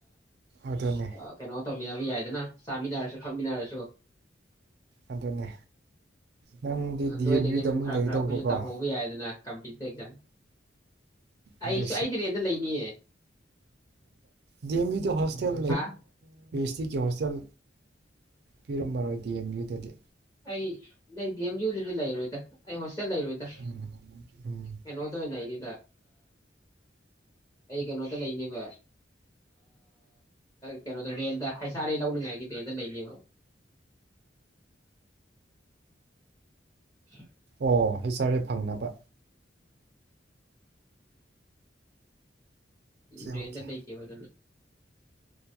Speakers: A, on the right; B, on the left.
A: ꯑꯗꯨꯅꯦ
B: ꯑ ꯀꯩꯅꯣ ꯇꯃꯤꯅꯕꯤ ꯌꯥꯥꯏꯗꯅ ꯆꯥꯃꯤꯟꯅꯔꯁꯨ ꯊꯛꯃꯤꯟꯅꯔꯁꯨ
A: ꯑꯗꯨꯗꯅꯦ ꯅꯪꯗꯤ ꯗꯤ
B: ꯅꯣꯏꯗꯒꯤ
A: ꯑꯦꯝ ꯌꯨꯗ
B: ꯁꯨꯝ
A: ꯑꯃꯨꯛ
B: ꯈꯔ
A: ꯂꯩꯒꯗꯧꯕꯀꯣꯝ
B: ꯈꯔ ꯑꯩꯈꯣꯏꯁꯨ ꯇꯝꯍꯧꯕ ꯌꯥꯏꯗꯅ ꯀꯝꯄꯤꯇꯤꯇꯤꯞ ꯑꯦꯛꯖꯥꯝ ꯑꯩꯁꯨ
A: ꯑꯗꯨ
B: ꯑꯩ ꯇꯨꯔꯦꯟꯗ ꯂꯩꯅꯤꯌꯦ
A: ꯇꯧꯦꯝ ꯍꯁ
B: ꯍꯥ
A: ꯑꯁꯤꯒꯤ ꯍꯣꯁꯇꯦꯜ ꯄꯤꯔꯝꯃꯔꯣꯏꯗꯤꯦꯝ ꯑꯗꯨ
B: ꯑꯩ ꯅ ꯗꯤ ꯑꯦꯝ ꯌꯨꯗꯨꯗꯤ ꯂꯩꯔꯣꯏꯗ ꯑꯩ ꯍꯣꯁꯇꯦꯜ ꯂꯩꯔꯣꯏꯗ꯭ꯔꯥ
A: ꯎꯝ ꯎꯝ
B: ꯀꯩꯅꯣꯗ ꯑꯣꯏꯅ ꯂꯩꯔꯤ ꯑꯩ ꯀꯩꯅꯣꯗ ꯂꯩꯅꯦꯕ ꯀꯩꯅꯣꯗ ꯔꯦꯟꯗ ꯍꯩꯁꯥꯔꯩ ꯂꯧꯅꯤꯡꯉꯥꯏꯒꯤ ꯔꯦꯟꯗ ꯂꯩꯅꯦꯕ ꯎ
A: ꯑꯣ ꯍ ꯆꯔꯦ ꯐꯪꯅꯕ
B: ꯎꯝ
A: ꯑꯣꯀꯦ
B: ꯦꯟꯗ꯭ꯔ ꯂꯩꯏ ꯀꯦꯕ ꯑꯗꯨꯅ